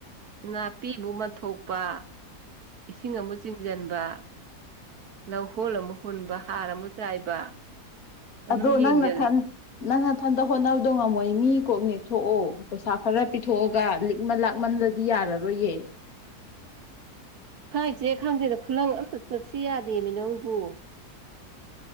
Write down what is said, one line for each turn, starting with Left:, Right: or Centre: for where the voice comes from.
Right: ꯅꯥꯄꯤꯃꯨꯛ ꯃꯟꯊꯣꯛꯄ ꯏꯁꯤꯡ ꯑꯃꯨ ꯆꯤꯡꯁꯤꯟꯕ ꯂꯧꯍꯣꯜ ꯑꯃꯨꯛ ꯍꯨꯟꯕ ꯍꯥꯔ ꯑꯃ ꯆꯥꯏꯕ ꯑꯗꯨꯝ
Left: ꯑꯗꯣ
Right: ꯌꯦꯡꯖꯜꯂꯤꯅꯦ
Left: ꯅꯪ ꯅꯊꯟ ꯅꯪꯅꯊꯟꯇ ꯍꯣꯠꯅꯕꯗꯣ ꯉꯝꯃꯣꯏ ꯃꯤ ꯀꯣꯛꯅꯦꯛ ꯊꯣꯛꯑꯣ ꯄꯩꯁꯥ ꯈꯔ ꯄꯤꯊꯣꯛꯑꯒ ꯂꯤꯛꯃꯟ ꯂꯥꯛꯃꯜꯂ ꯌꯥꯔꯔꯣꯏꯌꯦ
Right: ꯁꯥꯏꯖꯦ ꯈꯪꯗꯦꯗ ꯈꯨꯂꯪ ꯑꯝꯇ ꯆꯠꯁꯤ ꯌꯥꯗꯦ ꯃꯤ ꯅꯪꯕꯨ